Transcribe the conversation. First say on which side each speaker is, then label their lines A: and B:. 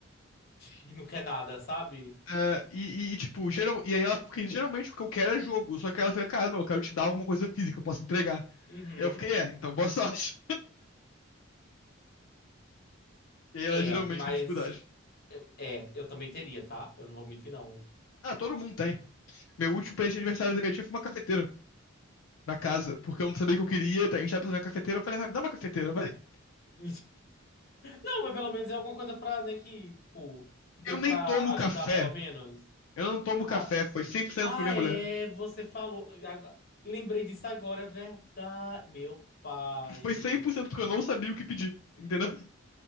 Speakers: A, on the left; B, on the left.
A: que não quer nada, sabe?
B: É, e, e, tipo, geral, e aí ela, porque geralmente o que eu quero é jogo, só que ela fica, cara, não, eu quero te dar alguma coisa física, eu posso entregar.
A: Uhum.
B: E eu fiquei, é, então boa <laughs> sorte. E aí
A: É,
B: ela geralmente
A: mas
B: tem dificuldade.
A: Eu- É, eu também teria, tá? Eu não vou mentir, não.
B: Ah, todo mundo tem. Meu último presente de aniversário da minha tia foi uma cafeteira na casa, porque eu não sabia o que eu queria, então a gente tava precisando de uma cafeteira, eu falei, ah, me dá uma cafeteira, vai.
A: <laughs> Não, mas pelo menos é alguma coisa pra, né, que, tipo, que deu
B: Eu nem
A: pra
B: tomo
A: ajudar,
B: café,
A: pelo menos.
B: eu não tomo
A: Ah,
B: café, foi 100%
A: ah,
B: pra minha
A: é,
B: mulher.
A: você falou. Agora- lembrei disso agora, é verdade. Meu pai.
B: Foi cem por cento porque eu não sabia o que pedir, entendeu?